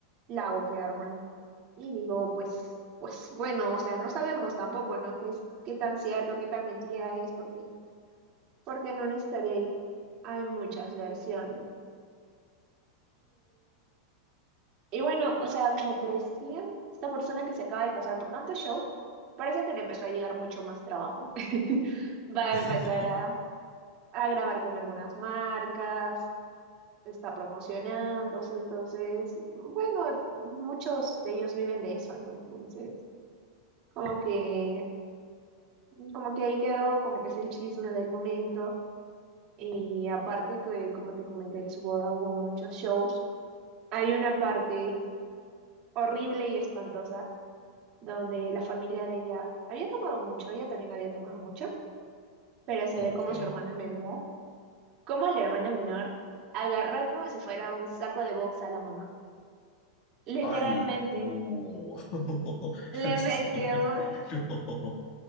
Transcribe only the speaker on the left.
<laughs>
Ok.
¡Hala! No, <laughs> no,
eso
está muy... <laughs> No,